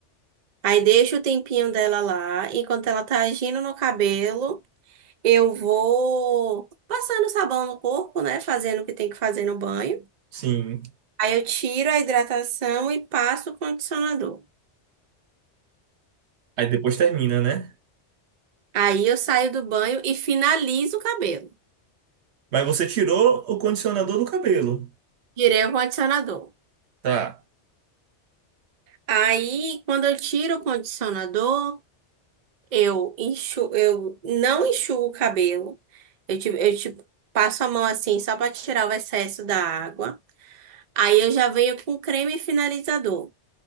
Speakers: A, on the right (about 50°); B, on the right (about 70°).
A: Aí deixo o tempinho dela lá. Enquanto ela tá agindo no cabelo, eu vou passando sabão no corpo, né? Fazendo o que tem que fazer no banho.
B: Sim.
A: Aí eu tiro a hidratação e passo o condicionador.
B: Aí depois termina, né?
A: Aí eu saio do banho e finalizo o cabelo.
B: Mas você tirou o condicionador do cabelo.
A: Tirei o condicionador.
B: Tá.
A: Aí, quando eu tiro o condicionador, eu enxu, eu não enxuo o cabelo. Eu te, eu te passo a mão assim só pra tirar o excesso da água. Aí eu já venho com creme finalizador.